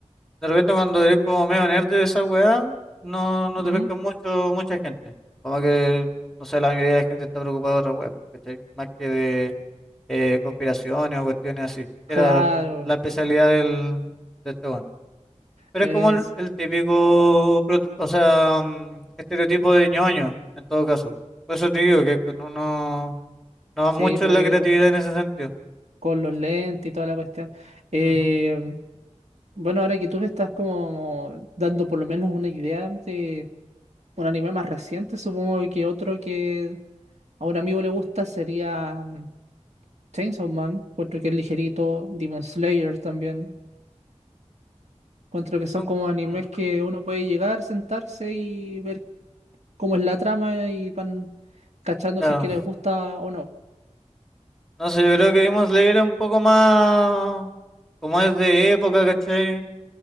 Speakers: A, in the centre; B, on the right (about 65°).
A: de repente cuando eres como medio nerd de esa weá, no, no
B: Ujú.
A: te pesca mucho, mucha gente. Como que, no sé, la mayoría de la gente está preocupada de otra weá, ¿cachai? Más que de eh, conspiraciones o cuestiones así.
B: Claro,
A: Era la especialidad del, de este weón. Pero
B: es,
A: es como el, el típico, proto- o sea, mm, estereotipo de ñoño, en todo caso. Por eso te digo que que no, no, no va
B: sí,
A: mucho
B: pues,
A: en la
B: obvio,
A: creatividad
B: con,
A: en ese sentido.
B: con los lentes y toda la cuestión. Eh,
A: Ujú.
B: bueno, ahora que tú me estás como dando por lo menos una idea de un anime más reciente, supongo que otro que a un amigo le gusta sería mm, Chainsaw Man, otro que es ligerito, Demon Slayer también. Encuentro que son
A: Nun-
B: como animes
A: mm,
B: que uno puede llegar, sentarse y ver cómo es la trama y van cachando
A: Claro.
B: si es que les gusta o no.
A: No sé, yo creo que Demon Slayer es un poco más, como es de época, ¿cachai?